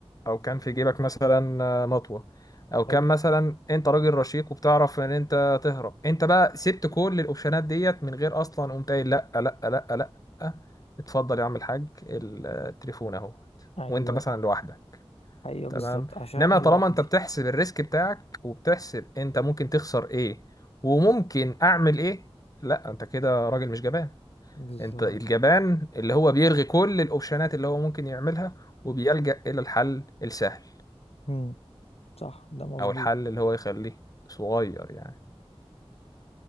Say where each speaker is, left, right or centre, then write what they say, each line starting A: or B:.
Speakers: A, on the left; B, on the left.
A: او كان في جيبك مثلا آه، مطوه او
B: حلو
A: كان مثلا انت راجل رشيق وبتعرف ان انت تهرب انت بقى سبت كل الاوبشنات ديت من غير اصلا قمت قايل لا لا لا لا اتفضل يا عم الحاج ال- التليفون اهو
B: ايوه
A: وانت مثلا لوحدك
B: ايوه
A: تمام
B: بالظبط عشان
A: انما
B: انا
A: طالما
B: لوحدي
A: انت بتحسب الريسك بتاعك وبتحسب انت ممكن تخسر ايه وممكن اعمل ايه لا انت كده راجل مش جبان
B: بالظبط
A: انت الجبان اللي هو بيلغي كل الاوبشنات اللي هو ممكن يعملها وبيلجأ الى الحل السهل
B: مم. صح ده مظبوط
A: او الحل اللي هو يخليه صغير يعني